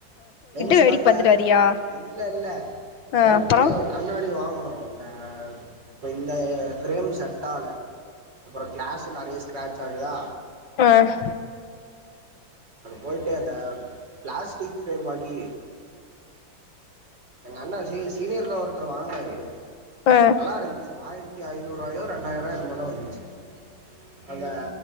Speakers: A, on the right; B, on the left.
A: லென்ஸ்
B: வேடிக்க
A: காட்ல
B: பாத்துட்டு வரியா
A: இல்ல இல்ல
B: ஆ
A: எனக்கு
B: அப்புற
A: ஒரு கண்ணாடி வாங்கணு அந்த இப்போ இந்த ஃப்ரேம் செட்டால அப்பறோ கிளாஸும் நெறைய ஸ்க்ராட்ச ஆகுதா
B: ஆஹ்
A: அது போயிட்டேந்தா ப்ளாஸ்டிக் ஃப்ரேம் வங்கி எங்க அண்ணா சிஸ் சீனியர்ல ஒருத்தர் வாங்குனாரு
B: ஆ
A: நல்லாருந்ச்சு ஆயிரத் ஆயிரத்தி ஐநூறுவாயோ ரெண்டாயிறுவாயோ என்னமோத வந்ச்சு அந்த